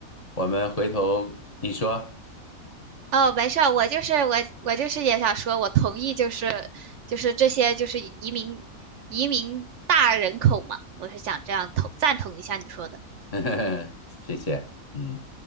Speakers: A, on the left; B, on the right.
A: 我们回头你说。
B: 哦，没事儿，我就是我，我就是也想说，我同意，就是就是这些就是移民移民大人口嘛，我是想这样同赞同一下你说的。
A: <laughs>
B: 嗯
A: 谢谢，嗯，